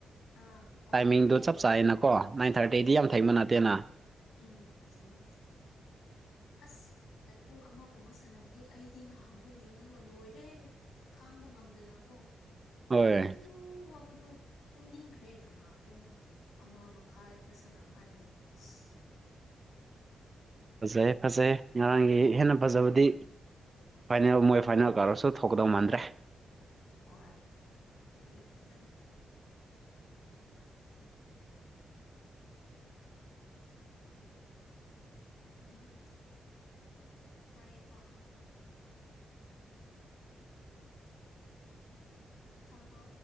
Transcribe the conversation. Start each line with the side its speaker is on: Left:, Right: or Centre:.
Left: ꯑꯥ ꯑꯣ
Right: ꯇꯥꯏꯃꯤꯡꯗꯣ
Left: ꯑꯣꯏꯌꯦ
Right: ꯆꯞ
Left: ꯑꯣꯏꯌꯦ
Right: ꯆꯥꯢꯌꯦꯅꯀꯣ ꯅꯥꯏꯟ ꯊꯥꯔꯇꯤꯗꯤ
Left: ꯍꯣꯏ
Right: ꯌꯥꯝ ꯊꯦꯡꯕ ꯅꯠꯇꯦꯅ
Left: ꯎꯝ ꯆꯨꯝꯃꯦ ꯑꯁ ꯄꯨꯡ ꯑꯃꯒꯨꯝꯕ ꯁꯥꯟꯅꯕꯗꯤ ꯑꯩꯗꯤ ꯅꯍꯥꯟꯗꯣ ꯌꯦꯡꯉꯒ ꯂꯣꯏꯔꯦ ꯈꯥꯡꯕ ꯉꯝꯗꯅꯀꯣ
Right: ꯍꯣꯏ
Left: ꯋꯥꯕꯗꯨ ꯋꯥꯕꯗꯨ ꯇꯨꯝꯅꯤꯡꯈ꯭ꯔꯦ ꯀꯅꯥ ꯄꯨꯡ ꯑꯃ ꯃꯈꯥꯏꯗ ꯁꯥꯟꯅꯕ ꯍꯥꯏꯕꯁꯦ ꯑꯁ
Right: ꯐꯖꯩꯑꯦ ꯐꯖꯩꯑꯦ ꯉꯔꯥꯡꯒꯤ ꯍꯦꯟꯅ ꯐꯖꯕꯗꯤ ꯐꯥꯏꯅꯦꯜ ꯃꯣꯏ ꯐꯥꯏꯅꯦꯜ ꯀꯧꯔꯁꯨ ꯊꯣꯛꯀꯗꯧ ꯃꯥꯟꯗ꯭ꯔꯦ
Left: ꯍꯣꯏ ꯅꯩꯌꯦ ꯐꯖꯅ ꯎꯝ ꯇꯥꯏꯌꯦꯀꯣ
Right: <inaudible>
Left: ꯇꯥꯕ꯭ꯔꯣ